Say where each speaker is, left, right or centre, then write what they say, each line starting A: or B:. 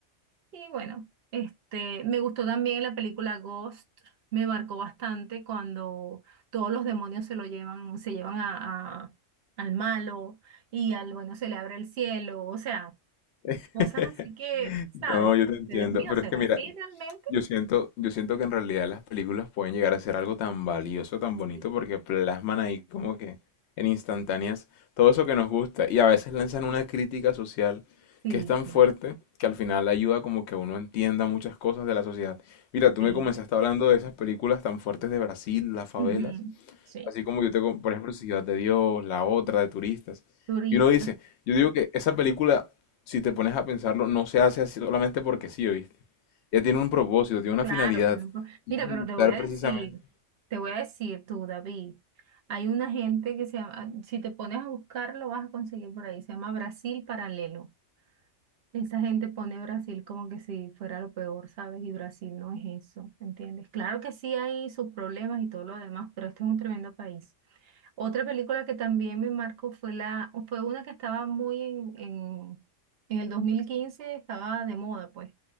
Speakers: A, on the right; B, on the left.
A: Y bueno, este, me gustó también la película Ghost, me marcó bastante cuando todos los demonios se lo llevan, se llevan a, a- al malo y al bueno se le abre el cielo, o sea,
B: <laughs>
A: cosas así que, ¿sabes?
B: No, yo te entiendo,
A: De Dios mío,
B: pero
A: ¿será
B: es que mira,
A: así realmente?
B: Yo siento, yo siento que en realidad las películas pueden llegar a ser algo tan valioso, tan
A: Sí,
B: bonito, porque plasman ahí como que en instantáneas todo eso que nos gusta y a veces lanzan una crítica social
A: sí.
B: que es tan
A: claro,
B: fuerte que al final ayuda como que uno entienda muchas cosas de la sociedad. Mira, tú
A: sí.
B: me comenzaste hablando de esas películas tan fuertes de Brasil, las favelas,
A: Ujú, Sí,
B: Así como yo tengo, por ejemplo, Ciudad de Dios, la otra de turistas.
A: turista,
B: Y uno dice, yo digo que esa película, si te pones a pensarlo, no se hace así solamente porque sí, ¿oíste? Ella tiene un propósito, tiene una
A: claro.
B: finalidad.
A: tiene un pro-
B: Y
A: Mira,
B: es
A: pero
B: evitar
A: te voy a
B: precisamente,
A: decir, te voy a decir tú, David, hay una gente que se llama, si te pones a buscarlo vas a conseguir por ahí, se llama Brasil Paralelo. Esa gente pone Brasil como que si fuera lo peor, ¿sabes? Y Brasil no es eso, ¿entiendes? Claro que sí hay sus problemas y todo lo demás, pero este es un tremendo país. Otra película que también me marcó fue la, fue una que estaba muy en, en, en el dos mil quince estaba de moda, pues.